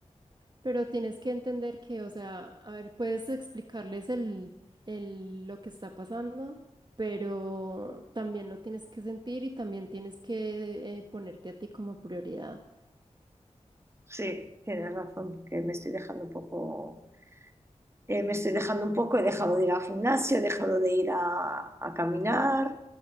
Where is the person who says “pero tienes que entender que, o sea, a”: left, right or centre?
Right